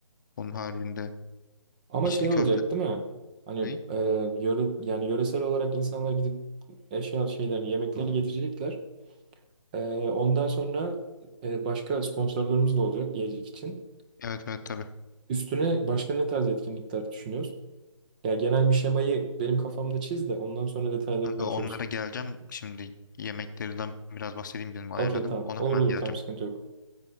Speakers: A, on the left; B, on the right.
A: Onun haricinde
B: Ama
A: içli
B: şey
A: köfte
B: olacak değil mi? Hani
A: ne?
B: e, yöre, yani yöresel olarak insanlar gidip eşya şeylerini, yemeklerini getirecekler. E, ondan sonra e, başka sponsorlarımız da olacak yiyecek için.
A: Evet evet tabii.
B: Üstüne başka ne tarz etkinlikler düşünüyoruz? Ya genel bir şemayı benim kafamda çiz de ondan sonra detayları
A: Kanka
B: konuşuruz.
A: onlara geleceğim. Şimdi yemeklerden biraz bahsedeyim benim ayarladım.
B: Okey tamam.
A: Ona
B: Olur
A: hemen
B: olur
A: geleceğim.
B: tamam sıkıntı yok.